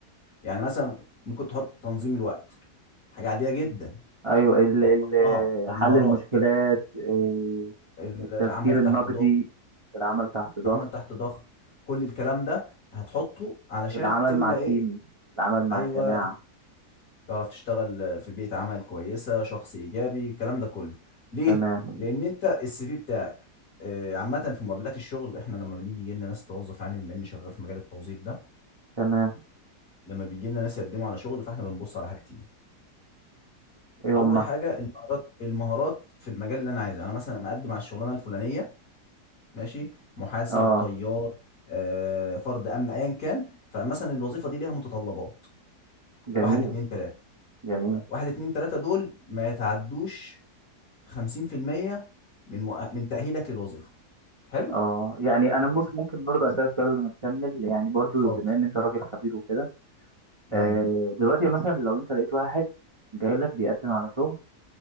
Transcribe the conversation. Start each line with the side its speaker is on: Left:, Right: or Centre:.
Left: يعني مثلا ممكن تحط تنظيم الوقت حاجه عاديه جدا
Right: ايوه ال ال
Left: هتحطها في المهارات
Right: حل المشكلات إيه،
Left: ال-
Right: التفكير
Left: العمل
Right: النقدي
Left: تحت ضغط
Right: العمل تحت ضغط
Left: العمل تحت ضغط كل الكلام ده هتحطه علشان
Right: العمل
Left: تملى
Right: مع تيم
Left: ايه
Right: العمل مع
Left: ايوه
Right: الجماعه
Left: تعرف تشتغل في بيئة عمل كويسة شخص إيجابي الكلام ده كله ليه؟
Right: تمام
Left: لأن أنت السي في بتاعك آه، عامة في مقابلات الشغل احنا لما بنيجي يجي لنا ناس توظف يعني بما اني شغال في مجال التوظيف ده
Right: تمام
Left: لما بيجي لنا ناس يقدموا على شغل فاحنا بنبص على حاجتين
Right: ايه
Left: اول
Right: هم
Left: حاجه المهارات المهارات في المجال اللي انا عايزه انا مثلا مقدم على الشغلانه الفلانيه ماشي محاسب
Right: اه
Left: طيار آه، فرد امن ايا كان فمثلا الوظيفه دي ليها متطلبات
Right: جميل
Left: واحد اتنين تلاته
Right: جميل
Left: فواحد اتنين تلاته دول ما يتعدوش 50% من مؤ... من تأهيلك للوظيفة حلو
Right: اه يعني انا مس- ممكن برضو اسالك سؤال قبل ما تكمل يعني برضو
Left: اتفضل
Right: بما ان انت راجل خبير وكده
Left: امم
Right: آه دلوقتي مثلا لو انت لقيت واحد جاي لك بيقدم على شغل